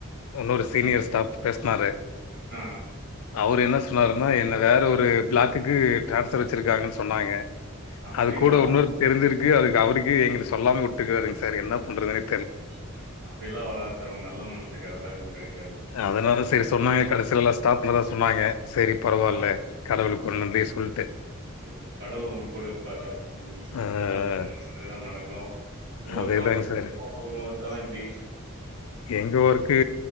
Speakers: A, on the left; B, on the right.
A: இன்னொரு சீனியர்
B: ம்
A: ஸ்டாஃப் பேஸ்னாரு
B: ஆ
A: அவரு என்ன ஸ் சொன்னாருன்னா என்ன வேற ஒரு பிளாக்குக்கு டிரான்ஸ்ர் வச்சிருக்காங்கன்னு சொன்னாங்க
B: அப்டிங்களா
A: அது கூட இன்னொரு தெரிஞ்சிருக்கு அதுக்கு அவருக்கு எங்களுக்கு சொல்லாம வுட்டுருக்காங்க சார் என்ன பண்றதுன்னே
B: இல்ல இல்ல அப்டி எல்லா வராது சார் உங் நல்ல மனசுக்கு அதெல்லா எது கெடைக்காது
A: அதனால தா சேரி சொன்னாங்க கடைசில லா ஸ்டாப்பண்தா சொன்னாங்க சேரி பரவால்ல
B: ஆ
A: கடவுளுக்கு ஒரு நன்றிய சொல்ட்டு
B: இல்ல கடவுள் உங்க கூட இருப்பாரு சார் ம்
A: ஆஹ்,
B: நல்லவுங் நல்லதே தா நடக்கு ஒர்க்
A: அதேதாங்க
B: எல்லா
A: சார்
B: ஒ ஒர்க் எல்லா எப்டி
A: எங்க ஒர்க்கு